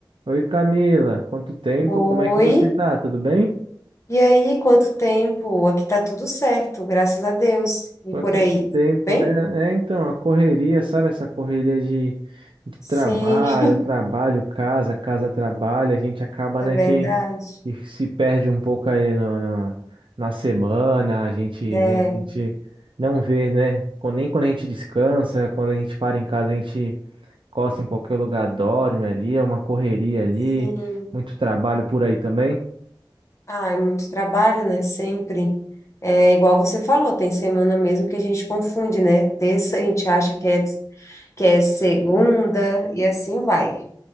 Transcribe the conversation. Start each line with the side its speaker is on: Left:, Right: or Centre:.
Right: Oi Camila, quanto tempo?
Left: Oi,
Right: Como é que você tá? Tudo bem?
Left: e aí, quanto tempo? Aqui tá tudo certo, graças a Deus. E
Right: Quanto
Left: por aí, tá
Right: tempo,
Left: tudo bem?
Right: né? É, então, a correria, sabe? Essa correria de, de
Left: Sim,
Right: trabalho,
Left: <laughs>
Right: trabalho, casa, casa, trabalho, a gente acaba,
Left: é
Right: né,
Left: verdade.
Right: que, que se perde um pouco ali no, no- na semana, a gente,
Left: É,
Right: né, a gente não vê, né? Quando- Nem quando a gente descansa, quando a gente para em casa, a gente costa em qualquer lugar, dorme ali, é uma correria ali,
Left: sim.
Right: muito trabalho por aí também.
Left: Ah, é muito trabalho, né? Sempre. É igual você falou, tem semana mesmo que a gente confunde, né? Terça a gente acha que é, que é segunda e assim vai.